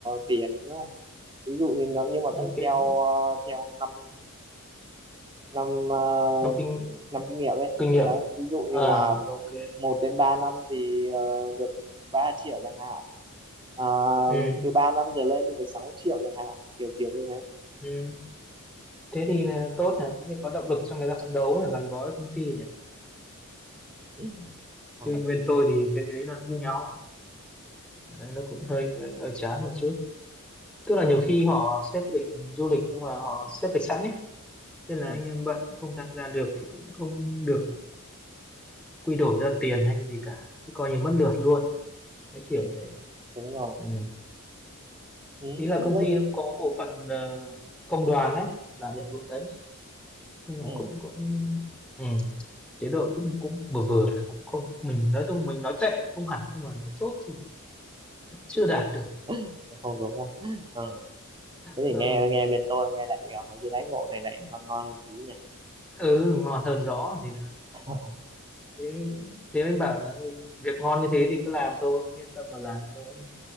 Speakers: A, on the right (about 20°); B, in the centre.
A: tiền nữa ví dụ như nó nhưng mà
B: cái
A: cũng theo ờ, theo năm năm ờ,
B: trong kinh
A: năm kinh nghiệm ấy
B: kinh nghiệm
A: đấy ví dụ
B: à
A: như là
B: ok
A: một đến ba năm thì ờ, được ba triệu chẳng hạn à,
B: ừ.
A: từ 3 năm trở lên thì được sáu triệu chẳng hạn kiểu kiểu như thế
B: Ừ. thế thì là tốt nhỉ thế thì có động lực cho người ta phấn đấu và gắn bó với công ty nhỉ
A: ừ. <laughs>
B: chứ
A: Ừ.
B: như bên tôi thì cái đấy là như nhau đấy, nó cũng hơi hơi chán một chút tức là nhiều
A: Ừ.
B: khi họ xếp lịch du lịch nhưng mà họ xếp lịch sẵn ấy nên là
A: Ừ. Ừ.
B: anh em bận không tham gia được thì cũng không được quy đổi ra tiền hay cái gì cả cứ coi như mất lượt luôn cái kiểu
A: Ừ.
B: thế
A: đúng rồi
B: ừ.
A: ừ.
B: ý là
A: lúc
B: công ty nó cũng có bộ phận ờ, công đoàn đấy làm nhiệm vụ đấy nhưng mà
A: ừ.
B: cũng cũng ừ. chế độ cũng cũng vừa vừa đấy, cũng không mình nói chung mình nói tệ cũng không hẳn nhưng mà nói tốt thì nó chưa đạt được
A: <laughs> không đúng đâu ừ. thế
B: ừ,
A: thì nghe nghe bên tôi nghe lại à, mấy cái đáy ngộ này lại ngon ngon hơn tí nhỉ
B: ừ ngon hơn rõ thì nữa
A: <laughs>
B: thế, thế mới bảo là việc ngon như thế thì cứ làm thôi yên tâm mà làm thôi